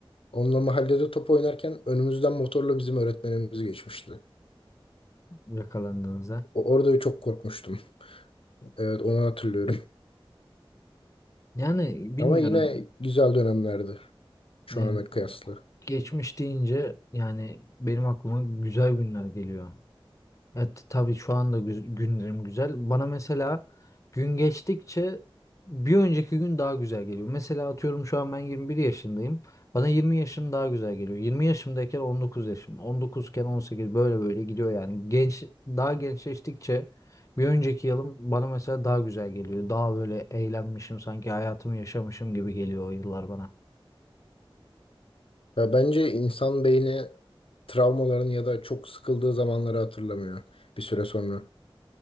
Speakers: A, on the left; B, on the left.
A: Onunla mahallede top oynarken önümüzden motorla bizim öğretmenimiz geçmişti.
B: Yakalandığınızda.
A: O, orada çok korkmuştum. Evet onu hatırlıyorum.
B: Yani
A: <laughs>
B: bilmiyorum.
A: Ama yine güzel dönemlerdi şu
B: Yani
A: ana kıyasla.
B: geçmiş deyince yani benim aklıma güzel günler geliyor. Evet tabii şu anda gü- günlerim güzel. Bana mesela gün geçtikçe bir önceki gün daha güzel geliyor. Mesela atıyorum şu an ben 21 yaşındayım. Bana 20 yaşım daha güzel geliyor. 20 yaşımdayken 19 yaşım. 19'ken 18 böyle böyle gidiyor yani. Genç daha gençleştikçe bir önceki yılım bana mesela daha güzel geliyor. Daha böyle eğlenmişim sanki hayatımı yaşamışım gibi geliyor o yıllar bana.
A: Ya bence insan beyni travmaların ya da çok sıkıldığı zamanları hatırlamıyor bir süre sonra.